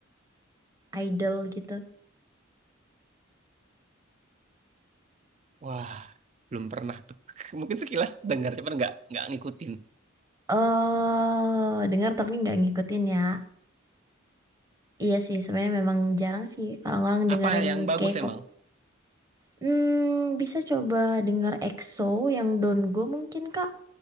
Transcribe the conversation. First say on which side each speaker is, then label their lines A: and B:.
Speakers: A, on the right; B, on the right.
A: idol gitu.
B: Wah, belum pernah tuh. <laughs> Mungkin sekilas dengar, cuman nggak nggak ngikutin.
A: Oh, dengar tapi nggak ngikutin ya. Iya sih, sebenarnya memang jarang sih orang-orang dengerin
B: Apa yang bagus
A: K-pop.
B: emang?
A: Hmm, bisa coba denger EXO yang Don't Go mungkin Kak.